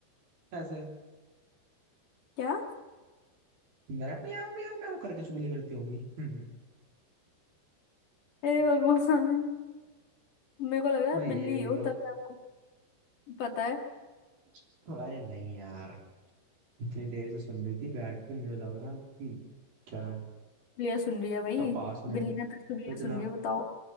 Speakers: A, on the right (about 55°); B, on the left (about 55°).
A: ऐसे
B: क्या
A: मैंने म्याऊं म्याऊं म्याऊं करके चुगली करती होंगी <laughs> हम्म,
B: हे भगवान मेरे को लग रहा है
A: भाई
B: आप बिल्ली
A: ये भी
B: हो
A: तो
B: तभी आपको पता है
A: <laughs> अरे नहीं यार इतनी देर से सुन रही थी बैठ के मुझे लग रहा कि क्या है?
B: बिल्लियां सुन रही है भाई
A: तो पास में
B: बिल्लियां तो चुगलियां
A: इतना
B: सुन रही है बताओ